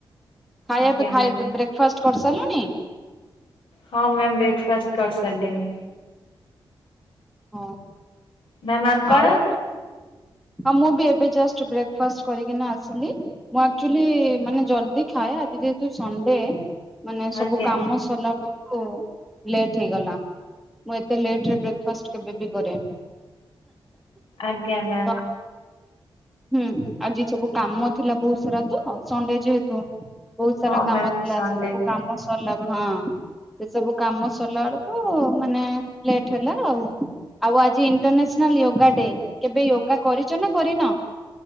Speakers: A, in the centre; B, on the left.
A: ଖାଇବା
B: ଆଜ୍ଞା
A: ତ ଖାଇବା
B: ମ୍ୟାମ୍।
A: ବ୍ରେକ୍ଫାଷ୍ଟ କରିସାରିଲଣି?
B: ହଁ ମ୍ୟାମ୍ ବ୍ରେକ୍ଫାଷ୍ଟ କରିସାରିଲିଣି।
A: ହଁ।
B: ମ୍ୟାମ୍ ଆପଣ
A: ଆଉ ହଁ ମୁଁ ବି ଏବେ ଯଷ୍ଟ ବ୍ରେକ୍ଫାଷ୍ଟ କରିକିନା ଆସିଲି। ମୁଁ ଆକଚୁଆଲି ମାନେ ଜଲ୍ଦି ଖାଏ ଆଜି ଯେହେତୁ ସଣ୍ଡେ। ମାନେ ସବୁ
B: ଆଜ୍ଞା।
A: କାମ ସିରିଲା ଲ ଓ ଲେଟ୍ ହେଇଗଲା ମୁଁ ଏତେ ଲେଟରେ ବ୍ରେକ୍ଫାଷ୍ଟ କେବେବି କରେନି।
B: ଆଜ୍ଞା ମ୍ୟାମ୍।
A: ତ ହୁଁ ଆଜି ସବୁ କାମ ଥିଲା ବହୁତ ସାରା ତ ସଣ୍ଡେ ଯେହେତୁ। ବହୁତ ସାରା
B: ହଁ
A: କାମ
B: ମ୍ୟାମ୍
A: ଥିଲା
B: ସଣ୍ଡେ।
A: ସବୁ କାମ ସରିଲା ଗୋ ହଁ। ସେ ସବୁ କାମ ସରିଲା ବେଳକୁ ମାନେ ଲେଟ୍ ହେଲା ଆଉ। ଆଉ ଆଜି ଇଣ୍ଟରନ୍ୟାସନାଲ ଯୋଗା ଡେ କେବେ ୟୋଗା କରିଛ ନା କରିନ?